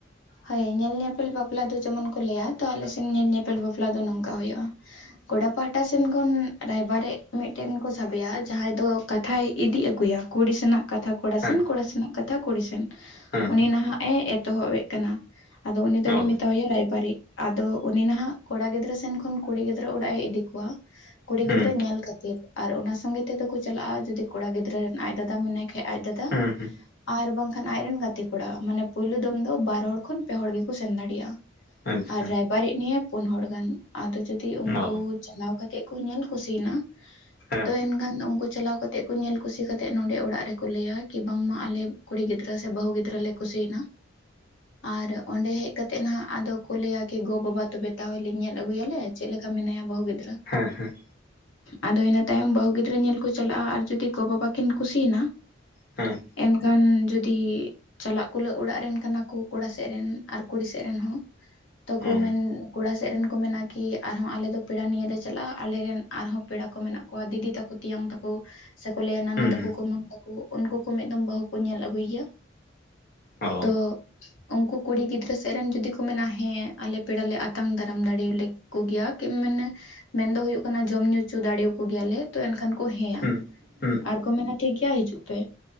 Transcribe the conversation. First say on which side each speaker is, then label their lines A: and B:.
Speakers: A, on the left (about 75°); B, on the left (about 55°).
A: ᱦᱳᱭ ᱧᱮᱞ ᱧᱮᱯᱮᱞ ᱵᱟᱯᱞᱟ ᱫᱚ ᱡᱮᱢᱚᱱ ᱠᱚ ᱞᱟᱹᱭᱟ ᱛᱚ ᱟᱞᱮ ᱥᱮᱱ ᱧᱮᱞ ᱧᱮᱯᱮᱞ ᱵᱟᱯᱞᱟ ᱫᱚ ᱱᱚᱝᱠᱟ ᱦᱳᱭᱳᱜᱼᱟ ᱠᱚᱲᱟ ᱯᱟᱦᱴᱟ ᱥᱮᱱ ᱠᱷᱚᱱ ᱨᱟᱭᱵᱟᱨᱮᱫ ᱢᱤᱫᱴᱮᱱ ᱠᱚ ᱥᱟᱵᱮᱭᱟ ᱡᱟᱦᱟᱸᱭ ᱫᱚ ᱠᱟᱛᱷᱟᱭ ᱤᱫᱤ ᱟᱹᱜᱩᱭᱟ ᱠᱩᱲᱤᱥᱮᱱᱟᱜ ᱠᱟᱛᱷᱟ ᱠᱚᱲᱟ
B: ᱦᱮᱸ
A: ᱥᱮᱱ ᱠᱚᱲᱟ ᱥᱮᱱᱟᱜ ᱠᱟᱛᱷᱟ ᱠᱩᱲᱤ ᱥᱮᱱ
B: ᱦᱮᱸ
A: ᱩᱱᱤ ᱱᱟᱦᱟᱜ ᱮ ᱮᱛᱚᱦᱚᱵᱮᱜ ᱠᱟᱱᱟ ᱟᱫᱚ ᱩᱱᱤ ᱫᱚᱞᱮ
B: ᱚ
A: ᱢᱮᱛᱟᱣ ᱟᱭᱟ ᱨᱟᱭᱵᱟᱨᱤᱡ ᱟᱫᱚ ᱩᱱᱤ ᱱᱟᱦᱟᱜ ᱠᱚᱲᱟ ᱜᱤᱫᱽᱨᱟᱹ ᱥᱮᱱ ᱠᱷᱚᱱ ᱠᱩᱲᱤ ᱜᱤᱫᱽᱨᱟᱹ ᱚᱲᱟᱜ ᱮ ᱤᱫᱤ ᱠᱚᱣᱟ ᱠᱩᱲᱤ
B: ᱦᱩᱸ
A: ᱜᱤᱫᱽᱨᱟᱹ ᱧᱮᱞ ᱠᱟᱛᱮᱫ ᱟᱨ ᱚᱱᱟ ᱥᱚᱸᱜᱮ ᱛᱮᱫᱚ ᱠᱚ ᱪᱟᱞᱟᱜᱼᱟ ᱡᱩᱫᱤ ᱠᱚᱲᱟ ᱜᱤᱫᱽᱨᱟᱹ ᱨᱮᱱ ᱟᱡ ᱫᱟᱫᱟ ᱢᱮᱱᱟᱭ ᱠᱷᱟᱡ ᱟᱡ ᱫᱟᱫᱟ
B: ᱦᱩᱸ ᱦᱩᱸ
A: ᱟᱨ ᱵᱟᱝ ᱠᱷᱟᱱ ᱟᱡᱨᱮᱱ ᱜᱟᱛᱮ ᱠᱚᱲᱟ ᱢᱟᱱᱮ ᱯᱳᱭᱞᱳ ᱫᱚᱢ ᱫᱚ ᱵᱟᱨ ᱦᱚᱲ ᱠᱷᱚᱱ ᱯᱮ ᱦᱚᱲ ᱜᱮᱠᱚ ᱥᱮᱱ ᱫᱟᱲᱮᱭᱟᱜᱼᱟ
B: ᱟᱪᱪᱷᱟ
A: ᱟᱨ ᱨᱟᱭ ᱵᱟᱨᱤᱫ ᱱᱤᱭᱮ ᱯᱩᱱ ᱦᱚᱲ ᱜᱟᱱ ᱟᱫᱚ ᱡᱩᱫᱤ ᱩᱱᱠᱩ
B: ᱚ
A: ᱪᱟᱞᱟᱣ ᱠᱟᱛᱮᱫ ᱠᱚ ᱧᱮᱞ ᱠᱩᱥᱤᱭᱮᱱᱟ
B: ᱦᱮᱸ
A: ᱛᱚ ᱮᱱᱠᱷᱟᱱ ᱩᱱᱠᱩ ᱪᱟᱞᱟᱣ ᱠᱟᱛᱮᱫ ᱠᱚ ᱧᱮᱞ ᱠᱩᱥᱤ ᱠᱟᱛᱮᱫ ᱱᱚᱰᱮ ᱚᱲᱟᱜ ᱨᱮᱠᱚ ᱞᱟᱹᱭᱟ ᱠᱤ ᱵᱟᱝᱢᱟ ᱟᱞᱮ ᱠᱩᱲᱤ ᱜᱤᱫᱽᱨᱟᱹ ᱥᱮ ᱵᱟᱹᱦᱩ ᱜᱤᱫᱽᱨᱟᱹ ᱞᱮ ᱠᱩᱥᱤᱭᱱᱟ ᱟᱨ ᱚᱸᱰᱮ ᱦᱮᱡ ᱠᱟᱛᱮᱫ ᱱᱟᱦᱟᱜ ᱟᱫᱚ ᱠᱚ ᱞᱟᱹᱭᱟ ᱠᱤ ᱜᱚ ᱵᱟᱵᱟ ᱛᱚᱵᱮ ᱛᱟᱦᱞᱮ ᱧᱮᱞ ᱟᱹᱜᱩᱭᱟᱞᱮ ᱪᱮᱫ ᱞᱮᱠᱟ ᱢᱮᱱᱟᱭᱟ ᱵᱟᱦᱩ ᱜᱤᱫᱽᱨᱟᱹ
B: ᱦᱮᱸ ᱦᱮᱸ
A: ᱟᱫᱚ ᱤᱱᱟᱹ ᱛᱟᱭᱚᱢ ᱵᱟᱹᱦᱩ ᱜᱤᱫᱽᱨᱟᱹ ᱧᱮᱞ ᱠᱚ ᱪᱟᱞᱟᱜᱼᱟ ᱟᱨ ᱡᱩᱫᱤ ᱜᱚ ᱵᱟᱵᱟ ᱠᱤᱱ ᱠᱩᱥᱤᱭᱱᱟ
B: ᱦᱮᱸ
A: ᱮᱱᱠᱷᱟᱱ ᱡᱩᱫᱤ ᱪᱟᱞᱟᱜ ᱠᱩᱞᱟᱹᱜ ᱚᱲᱟᱜ ᱨᱮᱱ ᱠᱟᱱᱟ ᱠᱚ ᱠᱚᱲᱟ ᱥᱮᱜ ᱨᱮᱱ ᱟᱨ ᱠᱩᱲᱤ ᱥᱮᱜ ᱨᱮᱱ ᱦᱚᱸ ᱛᱚᱠᱚ
B: ᱚ
A: ᱢᱮᱱ ᱠᱚᱲᱟ ᱥᱮᱫ ᱨᱮᱱ ᱠᱚ ᱢᱮᱱᱟ ᱠᱤ ᱟᱨᱦᱚᱸ ᱟᱞᱮ ᱫᱚ ᱯᱮᱲᱟ ᱱᱤᱭᱟᱹ ᱞᱮ ᱪᱟᱞᱟᱜᱼᱟ ᱟᱞᱮᱨᱮᱱ ᱟᱨᱦᱚᱸ ᱯᱮᱲᱟ ᱠᱚ ᱢᱮᱱᱟᱜ ᱠᱚᱣᱟ ᱫᱤᱫᱤ ᱛᱟᱠᱚ ᱛᱤᱭᱟᱝ ᱛᱟᱠᱚ ᱥᱮᱠᱚ ᱞᱟᱹᱭᱟ ᱱᱟᱱᱟ
B: ᱦᱩᱸ
A: ᱛᱟᱠᱚ ᱠᱩᱢᱟᱝ ᱛᱟᱠᱚ ᱩᱱᱠᱩ ᱠᱚ ᱢᱤᱫ ᱫᱚᱢ ᱵᱟᱹᱦᱩ ᱠᱚ ᱧᱮᱞ ᱟᱹᱜᱩᱭ ᱭᱟ
B: ᱚ
A: ᱛᱚ ᱩᱱᱠᱩ ᱠᱩᱲᱤ ᱜᱤᱫᱽᱨᱟᱹ ᱥᱮᱜ ᱨᱮᱱ ᱡᱩᱫᱤ ᱠᱚ ᱢᱮᱱᱟ ᱦᱮᱸ ᱟᱞᱮ ᱯᱮᱲ ᱞᱮ ᱟᱛᱟᱝ ᱫᱟᱨᱟᱢ ᱫᱟᱲᱮᱭᱟᱞᱮ ᱠᱚ ᱜᱮᱭᱟ ᱠᱤ ᱢᱟᱱᱮ ᱢᱮᱱ ᱫᱚ ᱦᱩᱭᱩᱜ ᱠᱟᱱᱟ ᱡᱚᱢ ᱧᱩ ᱪᱚ ᱫᱟᱲᱮᱭᱟᱠᱚ ᱜᱮᱭᱟᱞᱮ ᱛᱚ ᱮᱱᱠᱷᱟᱱ ᱠᱚ ᱦᱮᱸᱭᱟ
B: ᱦᱩᱸ ᱦᱩᱸ
A: ᱟᱨ ᱠᱚ ᱢᱮᱱᱟ ᱴᱷᱤᱠ ᱜᱮᱭᱟ ᱦᱤᱡᱩᱜ ᱯᱮ